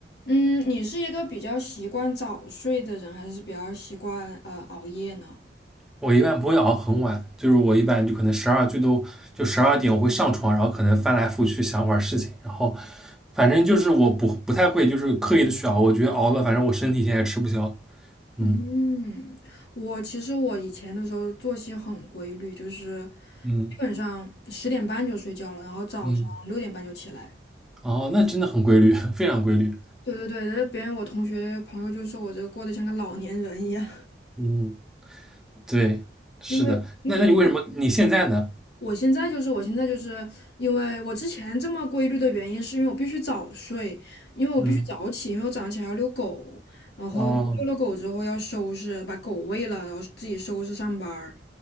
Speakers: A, on the left; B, in the centre.
A: 嗯，你是一个比较习惯早睡的人，还是比较习惯呃熬夜呢？
B: 我一般不会熬很晚，就是我一般就可能十二最多就十二点我会上床，然后可能翻来覆去想会儿事情，然后反正就是我不不太会就是刻意的去熬，我觉得熬了反正我身体现在也吃不消。
A: 嗯，
B: 嗯
A: 我其实我以前的时候作息很规律，就是
B: 嗯
A: 基本上十点半就睡觉了，然后早上六点半就起来。
B: 嗯，哦，那真的很规律，非常规律。
A: 对对对，别人我同学朋友就说我这过得像个老年人一样，
B: 嗯，对，
A: <laughs>
B: 是的。
A: 因为因为
B: 那那你为什么你现在呢？
A: 我现在就是，我现在就是因为我之前这么规律的原因，是因为我必须早睡，因为我必须早起，
B: 嗯，
A: 因为我早上起来要遛狗，然后遛了狗之后要收拾，
B: 哦，
A: 把狗喂了，然后自己收拾上班儿